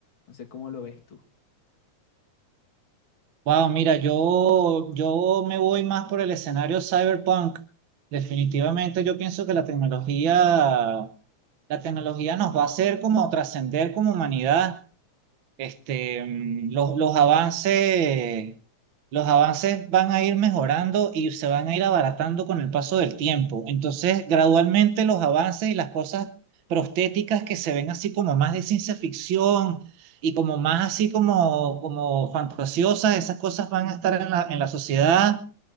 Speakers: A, on the left; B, on the right.
A: No sé cómo lo ves tú.
B: Wow, mira, yo, yo me voy más por el escenario cyberpunk. Definitivamente yo pienso que la tecnología, la tecnología nos va a hacer como trascender como humanidad. Este, mm, los, los avances, los avances van a ir mejorando y se van a ir abaratando con el paso del tiempo. Entonces, gradualmente los avances y las cosas prostéticas que se ven así como más de ciencia ficción y como más así como, como fantasiosas, esas cosas van a estar en la, en la sociedad